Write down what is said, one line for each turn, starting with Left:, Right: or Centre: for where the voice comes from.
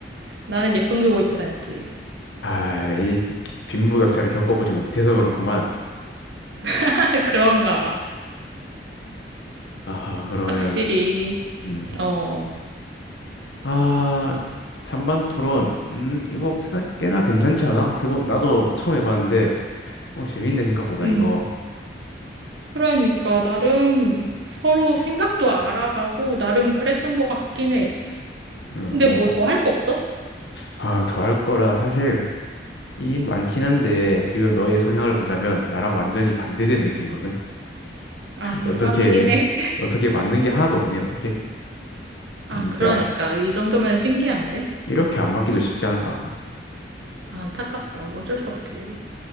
Right: 나는 예쁜 교복 입고 다녔지.
Left: 아, 이 빈부격차를 겪어보지 못해서 그렇구만.
Right: <laughs> 그런가 봐.
Left: 아하, 그러면,
Right: 확실히.
Left: 음.
Right: 어.
Left: 아, 잔반 토론. 음, 이거 꽤나, 꽤나 괜찮지 않아? 해본, 나도 처음 해봤는데, 어, 재밌네, 생각보다,
Right: 음.
Left: 이거.
Right: 그러니까 나름 서로 생각도 알아가고 나름 그랬던 것 같긴 해.
Left: 음,
Right: 근데
Left: 어.
Right: 뭐 더 할 거 없어?
Left: 아, 더할 거라, 사실, 이 많긴 한데, 지금 너의 성향을 보자면, 나랑 완전히 반대된 느낌이거든?
Right: 아, 유감이긴
Left: 어떻게,
Right: 해. <laughs>
Left: 어떻게 맞는 게 하나도 없네, 어떻게? 진짜.
Right: 아, 그러니까 이 정도면 신기한데?
Left: 이렇게 안 맞기도 쉽지 않다.
Right: 아, 안타깝다. 뭐 어쩔 수 없지.